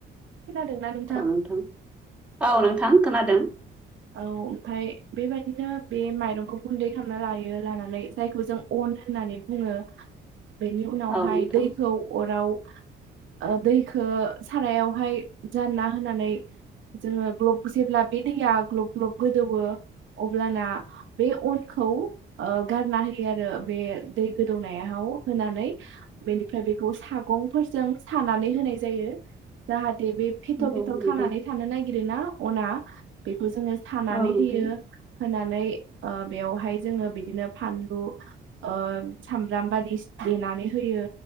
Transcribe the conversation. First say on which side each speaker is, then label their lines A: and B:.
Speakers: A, on the right; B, in the centre.
A: खोनादोंना नों
B: औ नोंथां औ नोंथां खोनादों
A: औ ओमफ्राय बेबायदिनो बे माइरंखौ गुन्दै खालामना लायो लानानै जायखौ जों अन होननानै बुङो
B: <inaudible>
A: बेनि उनावहाय
B: औ नोंथां।
A: दैखौ अराव ओ दैखौ सारायाव हाय जानना होनानै जोङो ग्लब जेब्ला बे दैया ग्लब ग्लब गोदौवो अब्लाना बे अनखौ ओ गारना होयो आरो बे दै गोदौनायाव होनानै बेनिफ्राय बेखौ सागंफोरजों सानानै होनाय जायो। जाहाथे बे फेथर फेथर
B: औ नोंथां
A: खानानै थानो नागिर ना अना बेखौ जोङो सानानै
B: औ नोंथां
A: होयो होनानै ओ बेवहाय जोङो बिदिनो फानलु ओ सामब्राम बादि देनानै होयो।